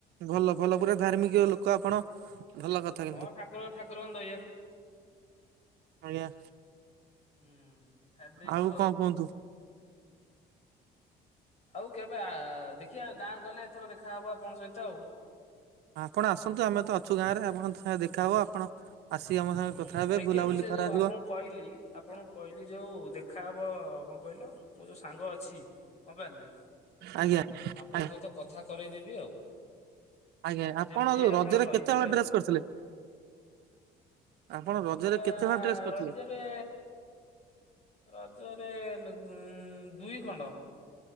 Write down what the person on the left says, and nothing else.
ହଁ ଠାକୁର ଠାକୁରଙ୍କ ଦୟାରୁ
ହୁଁ ଛାଡି ଦେଇଛୁ
ଆଉ କେବେ ଆ ଦେଖିବା ଗାଁ କୁ ଗଲେ ଏଥର ଦେଖାହବ ଆପଣଙ୍କ ସହିତ। ଆଉ।
ହୁଁ
ଦେଖିବା
ମୁଁ ସେ
ଯୋଉ ଆପଣଙ୍କୁ କହିଲି ଆପଣଙ୍କୁ କହିଲି ଯୋଉ ଦେଖାହବ। କହିଲ ମୋ ଯୋଉ ସାଙ୍ଗ ଅଛି ମୋବାଇଲରେ
ଆପଣଙ୍କ
ସହିତ କଥା କରେଇଦେବି ଆଉ।
ଯେମିତି
ରହିଯିବେ
ଆଉ
ଏ
ରଜରେ ରଜରେ ନୁ ଦୁଇ ଖଣ୍ଡ।